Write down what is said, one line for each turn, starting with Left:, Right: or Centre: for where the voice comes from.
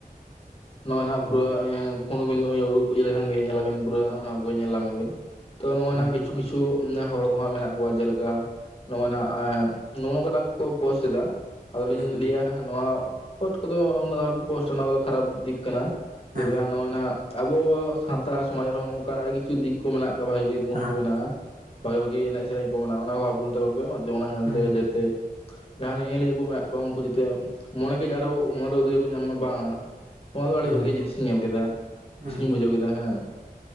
Left: <inaudible> ᱱᱚᱜ-ᱚᱭ
Right: ᱦᱩᱸ
Left: ᱱᱟᱜ ᱯᱩᱨᱟᱹ ᱮ ᱯᱷᱳᱱ ᱵᱤᱱ ᱱᱚᱜ-ᱚᱭ ᱩᱰᱩᱠ ᱤᱭᱟᱹ ᱞᱮᱠᱷᱟᱱ ᱜᱮ ᱧᱮᱞ ᱟᱵᱤᱱ <unintelligible> ᱠᱚᱜᱮ ᱧᱮᱞᱧᱟᱢ ᱟᱹᱵᱤᱱ ᱾ ᱛᱚ
Right: ᱦᱩᱸ
Left: ᱱᱚᱜ-ᱚᱭ ᱱᱟᱜ ᱠᱤᱪᱷᱩ ᱠᱤᱪᱷᱩ ᱦᱚᱲ ᱠᱚ ᱦᱟᱸᱜ ᱢᱮᱱᱟᱜ ᱠᱚᱣᱟ ᱡᱮᱞᱮᱠᱟ ᱱᱚᱜ-ᱚᱭ ᱱᱟᱜ ᱮᱜ ᱱᱚᱜ-ᱚ ᱱᱚᱝᱠᱟᱱᱟᱜ ᱠᱚ ᱯᱳᱥᱴ ᱮᱫᱟ ᱾ ᱟᱫᱚᱞᱤᱧ
Right: ᱦᱩᱸ
Left: ᱞᱟᱹᱭᱟ ᱦᱟᱸᱜ ᱱᱚᱣᱟ ᱯᱳᱥᱴ ᱠᱚᱫᱚ ᱩᱱᱟᱹᱜ ᱟᱞᱚᱜ ᱯᱮ ᱯᱳᱥᱴᱟ ᱱᱚᱣᱟ ᱠᱚᱫᱚ ᱠᱷᱟᱨᱟᱯ ᱫᱤᱠ ᱠᱟᱱᱟ ᱾
Right: ᱦᱮᱸ
Left: ᱡᱮᱞᱮᱠᱟ ᱱᱚᱜ-ᱚᱭ ᱱᱟᱜ ᱟᱵᱚ ᱥᱟᱱᱛᱟᱲ ᱥᱚᱢᱟᱡᱽ ᱨᱮᱦᱚᱸ ᱚᱱᱠᱟᱱ ᱟᱹᱲᱤ ᱠᱤᱪᱷᱩ ᱫᱤᱠ ᱠᱚ ᱢᱮᱱᱟᱜ ᱟᱠᱟᱫ <unintelligible> ᱜᱩᱱ
Right: ᱦᱮᱸ
Left: ᱠᱚ ᱢᱮᱱᱟᱜ-ᱟ,
Right: ᱦᱩᱸ
Left: ᱵᱷᱟᱹᱜᱤ ᱵᱷᱟᱹᱜᱤ ᱮᱱᱮᱡ ᱥᱮᱨᱮᱧ ᱠᱚ ᱢᱮᱱᱟᱜ-ᱟ, ᱚᱱᱟ ᱠᱚ <unintelligible> <unintelligible> ᱚᱱᱟ ᱧᱮᱞ
Right: ᱦᱩᱸ
Left: ᱛᱮᱜ ᱡᱟᱛᱮ ᱡᱟᱦᱟᱸᱭ ᱧᱮᱧᱮᱞᱤᱭᱟᱹ ᱠᱚ ᱢᱮᱱᱟᱜ ᱠᱚᱣᱟ ᱩᱝᱠᱩ ᱡᱟᱛᱮ ᱢᱚᱱᱮ ᱠᱟᱹᱡ ᱟᱨᱚ <unintelligible> ᱠᱚ ᱧᱟᱢ ᱢᱟ, ᱵᱟᱝ ᱱᱚᱣᱟ ᱫᱚ
Right: ᱦᱩᱸ
Left: ᱟᱹᱰᱤ ᱵᱷᱟᱹᱜᱤ ᱡᱤᱱᱤᱥ ᱤᱧ ᱧᱮᱞ ᱠᱮᱫᱟ ᱠᱩᱥᱤᱧ
Right: ᱦᱩᱸ
Left: ᱵᱩᱡᱷᱟᱹᱣ ᱠᱮᱫᱟ, ᱦᱮᱸ